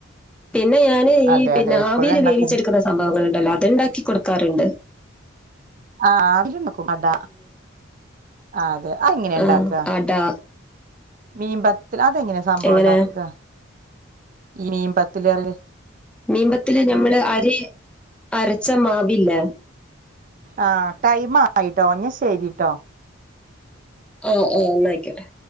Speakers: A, in the centre; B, on the right.
A: പിന്നെ ഞാൻ ഏയീ
B: അതെ
A: പിന്നാവീല്
B: അതെ എപ്പോഴും എണ്ണക്കടി
A: വേവിച്ചെടുക്കുന്ന സംഭവങ്ങള്ണ്ടല്ലോ അത്ണ്ടാക്കി കൊട്ക്കാറുണ്ട്
B: ആ വിടെണ്ടാക്കും അട ആ അതെ ആ എങ്ങനെ ഇണ്ടാക്ക
A: ആഹ് അട
B: മീൻപത്തിൽ അതെങ്ങനെയ സംഭവണ്ടാക്ക്കാ
A: എങ്ങനെ
B: ഈ മീപത്തല് <unintelligible>
A: മീമ്പത്തല് ഞമ്മള് അരി അരച്ച മാവില്ലേ
B: ആഹ് ടൈമായിട്ടോ ന്നെശരിട്ടോ
A: ആഹ് ആഹ് ന്നായ്ക്കോട്ടെ